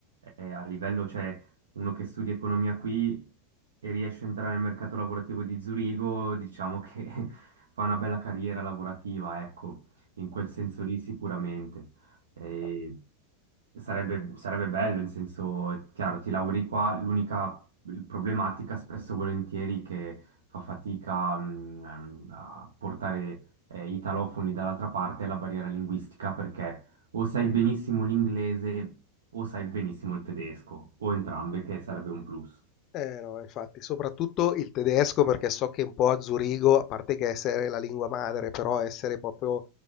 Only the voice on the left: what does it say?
Eh,
Eh no, infatti, soprattutto il tedesco perché so che un po' a Zurigo, a parte che essere la lingua madre, però essere proprio,